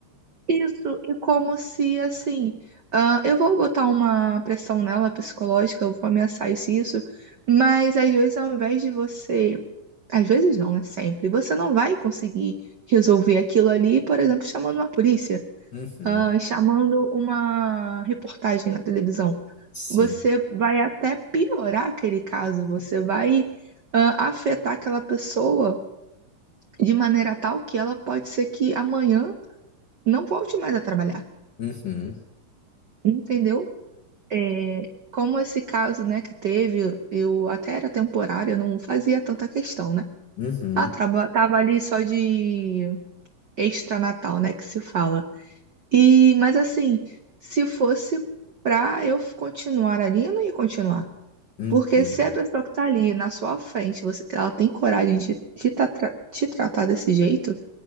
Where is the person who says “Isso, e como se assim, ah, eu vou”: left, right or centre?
Right